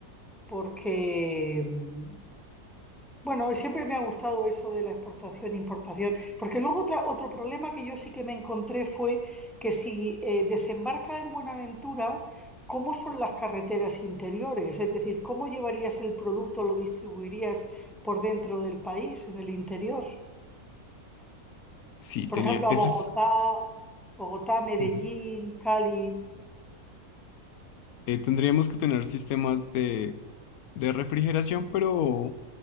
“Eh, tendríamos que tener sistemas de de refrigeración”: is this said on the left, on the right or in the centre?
Left